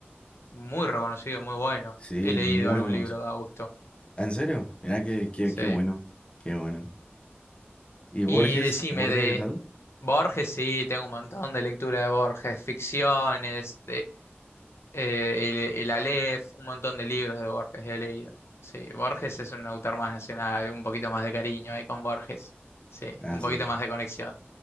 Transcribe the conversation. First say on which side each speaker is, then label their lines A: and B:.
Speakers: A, on the left; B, on the left.
A: muy reconocido, muy bueno.
B: Sí,
A: He leído
B: muy
A: algún
B: reconocido.
A: libro de Augusto.
B: Ah, ¿En serio? Mira, qué, qué,
A: Sí.
B: qué bueno. Qué bueno. ¿Y Borges?
A: Y decime
B: ¿Borges
A: de
B: qué tal?
A: Borges, sí, tengo un montón de lectura de Borges, ficciones, Eh, el, el Aleph, un montón de libros de Borges he leído. Sí, Borges es un autor más nacional, un poquito más de cariño ahí con Borges. Sí,
B: Ah,
A: un
B: sí.
A: poquito más de conexión.